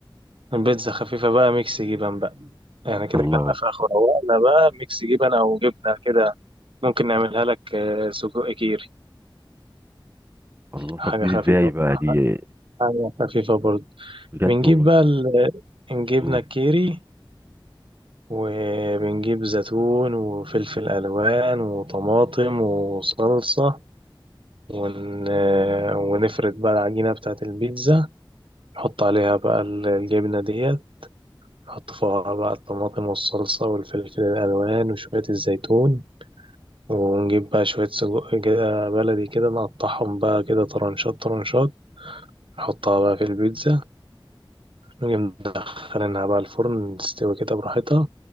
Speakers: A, on the right; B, on the right.
A: البيتزا خفيفة بقى ميكس جبن بقى يعني كده
B: الله
A: كلنا فراخ وروقنا بقى ميكس جبن او جبنة كده ممكن نعملها لك آه، سجق كيري
B: الله طب
A: حاجة
B: دي
A: خفيفة
B: ازاي بقى دي
A: حاجة خفيفة برضه
B: بجد
A: بنجيب
B: والله
A: بقى ال... نجيب
B: مم.
A: نكيري وبنجيب زيتون وفلفل ألوان وطماطم وصلصة ون... آه، ونفرد بقى العجينة بتاعة البيتزا نحط عليها بقى ال- الجبنة ديت نحط فوقها بقى الطماطم والصلصة والفلفل الألوان وشوية الزيتون ونجيب بقى شوية سجق كده بلدي كده نقطعهم بقى كده طرنشات طرنشات نحطها بقى في البيتزا ونجي مدخلينها بقى الفرن تستوي كده براحتها